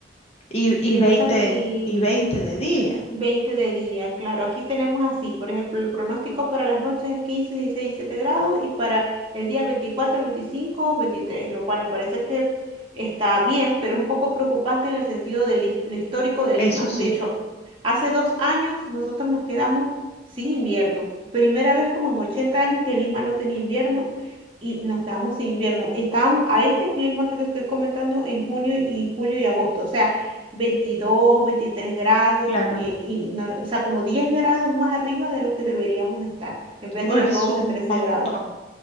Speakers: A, on the left; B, on the right.
A: Y,
B: Sí,
A: y
B: entonces
A: 20
B: aquí
A: y 20 de día,
B: 20 de día, claro. Aquí tenemos así, por ejemplo, el pronóstico para las noches es 15, 16, 17 grados y para el día 24, 25, 23, lo cual me parece que está bien, pero es un poco preocupante en el sentido del his- lo histórico de Lima.
A: eso sí,
B: De hecho, hace dos años nosotros nos quedamos sin invierno. Primera vez como en 80 años que Lima no tenía invierno y nos quedamos sin invierno. Estábamos a este clima que te estoy comentando en junio y julio y agosto. O sea, veintidós, veintitrés grados,
A: claro.
B: y, y no- o sea, como 10 grados más arriba de lo que deberíamos de estar, en vez de
A: Uy,
B: los
A: Es
B: 12,
A: un
B: 13
A: montón,
B: grados.